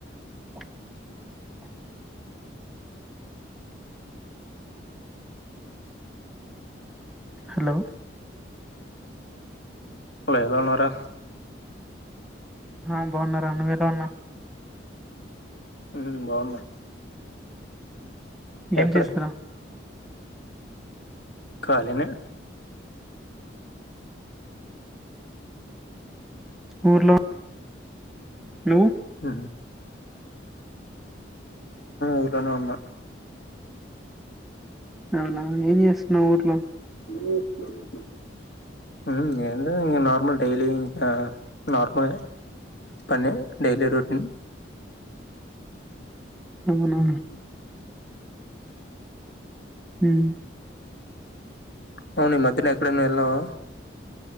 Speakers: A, in the centre; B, on the left.
A: అ <inaudible> హలో
B: ఎలావున్నావ్ రా
A: ఆ బాగున్న రా నువలా ఉన్నావు
B: ఉమ్ బాగున్నా
A: ఏం
B: ఎక్కడ
A: చేస్తున్నావ్
B: ఖాళినే
A: ఊర్లో నువ్వు
B: నేను ఊర్లోనే ఉన్న
A: అవునా ఏం చేస్తున్నావ్ ఊర్లో
B: <unintelligible> హ్మ్ నార్మల్ డైలీ ఇకా నార్మల్ పన్న డెలీ రూటీన్
A: అవునా హ్మ్
B: అవు ఈ మధ్యన ఎక్కడైనా వెళవా